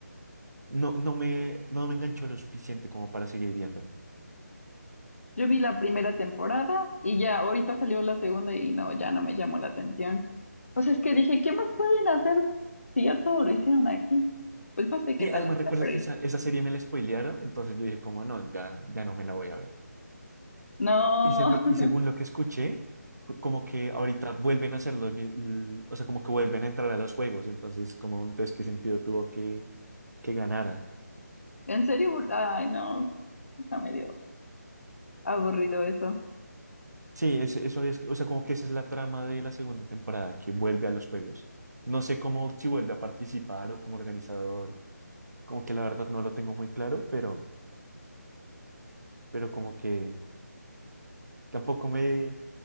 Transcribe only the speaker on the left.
Yo vi la primera temporada y ya, ahorita salió la segunda y no, ya no me llamó la atención. Pues es que dije, ¿qué más pueden hacer si ya todo lo hicieron aquí? Pues no sé qué
tal
está,
pero
no,
<laughs>
en serio, ay, no, está medio aburrido eso.